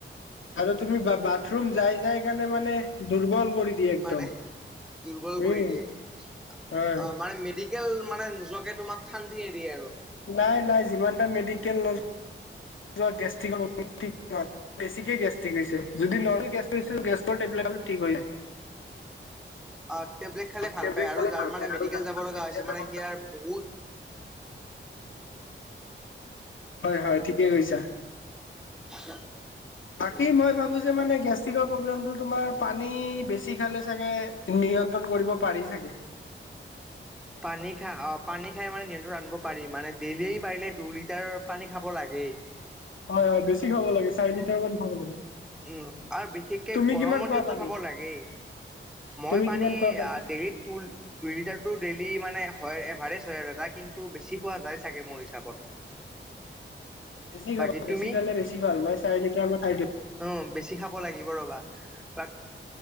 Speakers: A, on the left; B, in the centre.
A: আৰু তুমি বা-বাথৰুম যাই যাই কেনে মানে দুৰ্বল কৰি দিয়ে একদম
B: মানে, দুৰ্বল কৰি
A: উম
B: দিয়ে। আ,
A: হয়
B: মানে মেডিকেল মানে নোযোৱাকে তোমাক শান্তি নিদিয়ে আৰু।
A: নাই নাই যিমানটা মেডিকেল নযো <unintelligible> বেছিকেই গেষ্টিক হৈছে, যদি নৰ্মেল গেছ হৈছে গেছৰ টেবলেট <unintelligible> ঠিক হৈ যা
B: <unintelligible> অ', টেবলেট খালে ভাল
A: টেবলেট
B: পায় আৰু
A: খালে
B: যাৰ
A: ভাল
B: মানে
A: পায়
B: মেডিকেল
A: আৰু যাৰ
B: যাব
A: মানে
B: লগা
A: মেডিকেল
B: হৈছে মানে
A: যাব
B: সিয়াৰ বহুত <unintelligible>
A: হয় হয়, ঠিকেই কৈছা।
B: <inaudible>
A: বাকী
B: উম।
A: মই ভাবো যে মানে গেষ্টিকৰ প্ৰব্লেমটো তোমাৰ পানী বেছি খালে চাগে নিয়ন্ত্ৰণ কৰিব পাৰি চাগে।
B: পানী খা অ', পানী খাই মানে নিয়ন্তনত আনিব পাৰি, মানে ডেইলি পাৰিলে দুই লিটাৰৰ পানী খাব লাগে। <inaudible>
A: হয় হয় বেছি খাব লাগে চাৰি লিটাৰ মান খাব লাগে
B: উম আৰু বিশেষকে
A: তুমি
B: গৰমৰ
A: কিমান খোৱা
B: দিনো
A: পানী?
B: খাব লাগেই মই
A: তুমি
B: পানী
A: কিমান খোৱা পানী?
B: ডেইলিত ত দুই লিটাৰতো ডেই মানে হয় এভাৰেজ হয় আৰু এটা কিন্তু বেছি হোৱা যায় চাগে মোৰ হিচাপত
A: বেছি
B: বাকী
A: খাব
B: তুমি
A: বেছি খালে বেছি খল মই চাই খাই দিম
B: অ বেছি খাব লাগিব ৰ'বা তাক